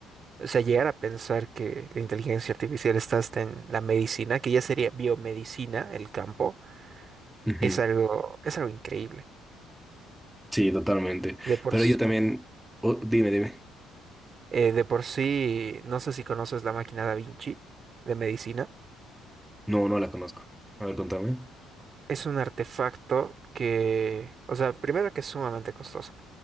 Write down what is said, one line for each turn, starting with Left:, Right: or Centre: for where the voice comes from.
Right: O sea, llegar a pensar que la inteligencia artificial está hasta en la medicina, que ya sería biomedicina, el campo,
Centre: Ujú.
Right: es algo, es algo increíble.
Centre: Sí, totalmente.
Right: De por,
Centre: Pero
Right: s-
Centre: yo también... oh, dime, dime.
Right: eh, de por sí, no sé si conoces la máquina Da Vinci de medicina.
Centre: No, no la conozco. A ver, contame.
Right: es un artefacto que, o sea, primero que es sumamente costoso